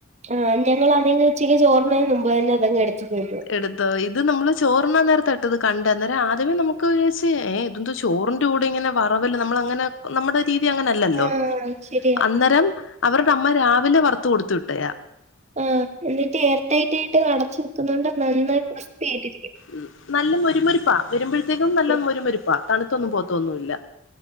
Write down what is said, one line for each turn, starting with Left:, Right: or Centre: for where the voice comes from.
Right: ആഹ് ഞങ്ങളതീന്ന് ഉച്ചക്ക് ചോറിന് മുമ്പ് തന്നെ അതങ്ങ്ട്ത്ത് തിന്നും
Left: എടുത്തോ ഇത് നമ്മള് ചോറുണ്ണാ നേരത്താട്ടത് കണ്ടെ അന്നേരം ആദ്യമേ നമക്ക് വിചാര്ച്ച് ഏ ഇതെന്താ <unintelligible> ചോറിന്റെ കൂടെ ഇങ്ങനെ വറവല്ലാം നമ്മളങ്ങനെ നമ്മടെ- സ്തിതി അങ്ങനെ അല്ലല്ലോ
Right: ആ ശരിയാ
Left: അന്നരം അവര്ടെ അമ്മ രാവിലെ വറ്ത്ത് കൊട്ത്ത് വിട്ടയാ
Right: ആഹ് എന്നിട്ട് എയർടൈറ്റായിട്ട് അടച്ചു വെക്കുന്നതോണ്ട് നന്നായി ക്രിസ്പി ആയിട്ടിരിക്കും
Left: ഉം നല്ല മൊരുമൊരിപ്പാ വെരുമ്പോഴത്തേക്കും നല്ല
Right: ഉം
Left: മൊരുമൊരുപ്പാ തണുത്തൊന്നും പോത്തൊന്നുല്ല